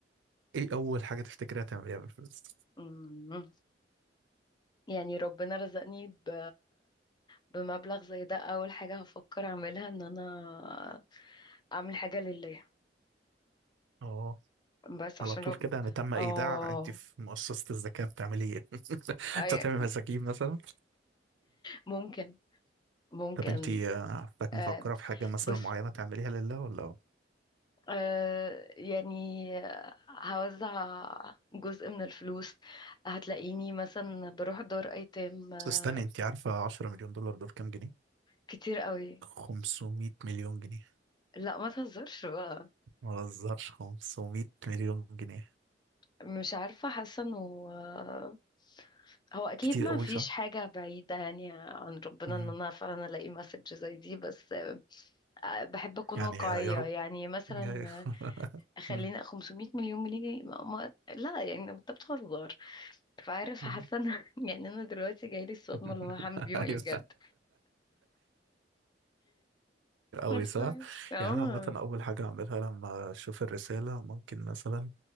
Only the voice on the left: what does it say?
مم. يعني ربنا رزقني ب... بمبلغ زي ده أول حاجة هفكر أعملها إن أنا أعمل حاجة لله
بس
عشان
رب...
آه
أي...
ممكن ممكن
آه.
بس
آه، يعني هوزع جزء من الفلوس هتلاقيني مثلا بروح دار ايتام آه،
كتير قوي
لا ما تهزرش بقى
مش عارفة حاسة انه آه، هو اكيد
ما
فيش
حاجة بعيدة يعني عن ربنا
ان انا فعلا الاقي مسج زي دي بس آه، آه، بحب اكون
واقعية
يعني مثلا
آه، خلينا
500 مليون جنيه ما ما- لا يعني انت بتهزر فعارف حاسه
ان <laughs> يعني انا دلوقتي جايلي الصدمه
اللي هو هعمل بيهم
ايه بجد
<laughs> ف-
اه